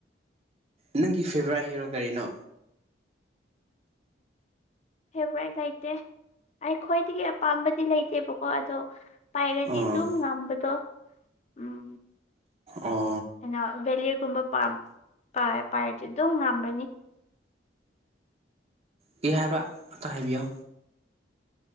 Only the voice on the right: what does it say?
ꯅꯪꯒꯤ ꯐꯦꯚꯣꯔꯥꯏꯠ ꯍꯦꯔꯣ ꯀꯔꯤꯅꯣ
ꯑꯣ
ꯑꯣ
ꯀꯤ ꯍꯥꯏꯕ꯭ꯔꯥ ꯑꯝꯇ ꯍꯥꯏꯕꯤꯌꯣ